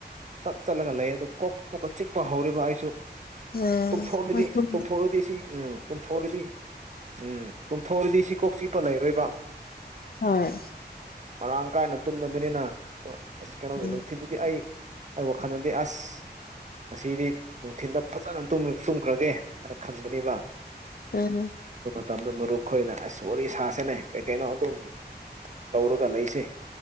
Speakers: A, on the right; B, on the left.
A: ꯆꯠ ꯆꯠꯂꯒ ꯂꯩ ꯑꯗꯨ ꯀꯣꯛ ꯀꯣꯛꯀ ꯆꯤꯛꯄ ꯍꯧꯔꯤꯕ ꯑꯩꯁꯨ
B: ꯎꯝ
A: ꯇꯨꯝꯊꯣꯛꯂꯗꯤ
B: ꯍꯣꯏ ꯇꯨꯝ
A: ꯇꯨꯝꯊꯣꯛꯑꯗꯤ ꯁꯤ ꯎꯝ ꯇꯨꯝꯊꯣꯛꯂꯗꯤ ꯎꯝ ꯄꯨꯝꯐꯥꯎꯔꯗꯤ ꯁꯤ ꯀꯣꯛ ꯆꯤꯛꯄ ꯂꯩꯔꯣꯏꯕ
B: ꯍꯣꯏ
A: ꯃꯔꯥꯡ ꯀꯥꯏꯅ ꯇꯨꯝꯗꯕꯅꯤꯅ ꯑꯁ ꯀꯩꯅꯣꯒꯤ
B: ꯎꯝ
A: ꯅꯨꯡꯊꯤꯜꯗꯨꯗꯤ ꯑꯩ ꯑ ꯋꯥꯈꯥꯟꯗꯤ ꯑꯁ ꯉꯗꯤ ꯅꯨꯡꯊꯤꯜꯗ ꯐꯖꯅ ꯇꯨꯝꯈ꯭ꯔꯒꯦ ꯍꯥꯏꯅ ꯈꯟꯕꯅꯦꯕ
B: ꯎ
A: ꯃꯇꯝꯗꯨ ꯃꯔꯨꯞꯈꯣꯏꯅ ꯑꯁ ꯁꯣ ꯁꯥꯁꯦꯅꯦ ꯀꯩ ꯀꯩꯅꯣ ꯑꯗꯨꯝ ꯇꯧꯔꯒ ꯂꯩꯁꯦ